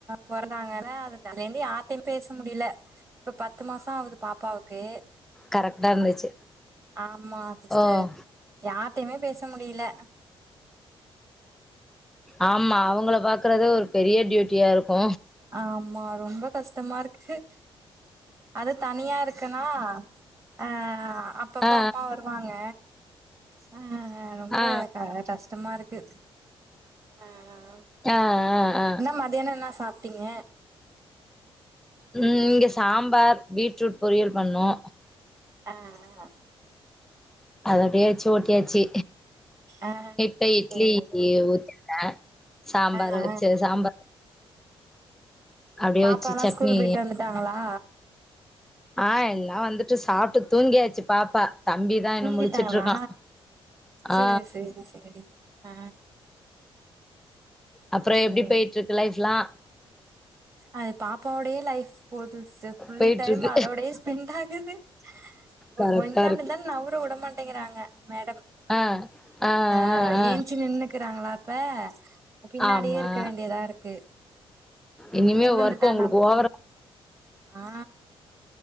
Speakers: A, on the right (about 30°); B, in the centre.
A: பொறந்தாங்கள அதுலந்து யார்டையு பேச முடியல இப்ப பத்து மாசோ ஆகுது பாப்பாவுக்கு
B: கரெக்டா இருந்துச்சு
A: ஆமா சிஸ்டர்
B: ஓ
A: யார்டையுமே பேச முடில
B: ஆமா அவுங்கள பாக்கறதே ஒரு பெரிய டியூட்டியாருக்கு
A: ஆமா ரொம்ப கஷ்டமாயிருக்கு அது தனியா இருக்கன்னா அ அப்பப்ப
B: ஆ
A: அம்மா வருவாங்க அ ரொம்ப
B: ஆ
A: கஷ்டமா இருக்கு ம்
B: அ அ அ
A: மதியானோ என்னா சாப்ட்டீங்க?
B: ம் இங்க சாம்பார் பீட்ரூட் பொரியல் பண்ணோ.
A: அ அ.
B: அத அப்டியே வெச்சு ஓட்டியாச்சி.
A: ஆ
B: இப்ப இட்லி
A: சேரி
B: யே ஊத்திருக்கே சாம்பார
A: ஆ ஆ
B: வெச்சு அது சாம்பா அப்டியே
A: பாப்பால்லா
B: வச்சு சட்னி
A: ஸ்கூல் போயிட்டு வந்துட்டாங்களா?
B: ஆ எல்லா வந்துட்டு சாப்ட்டு தூங்கியாச்சு பாப்பா. தம்பி தா
A: தூங்கிட்டாங்களா
B: இன்னு முழிச்சிட்டு இருக்கா
A: சேர்
B: ஆ
A: சேரி சேரி அ.
B: அப்றோ
A: சேரி
B: எப்டி போயிட்ருக்கு லைஃப்ல்லா?
A: அது பாப்பாவோடயே லைஃப் போது சிஸ்டர் ஃபுல்
B: போயிட்டு
A: டைமு
B: இருக்கு
A: அதோடயேஸ் பெண்டாகுது ஒ
B: கரெக்டா
A: ஒ இந்தாண்ட
B: இருக்கு
A: இந்தாண் நவுர உடமாட்டிங்கிறாங்க மேடம்.
B: ஆ ஆ
A: அ
B: ஆ ஆ
A: ஏன்ச்சு நின்னுக்கிறாங்களாப்ப பின்னாடியே
B: ஆமா
A: இருக்க வேண்டியதா இருக்கு
B: இனிமே
A: உழுந்துட்டா
B: ஒர்க் உங்களுக்கு
A: என்னா பண்றதுனு.
B: ஓவரா
A: ஆ.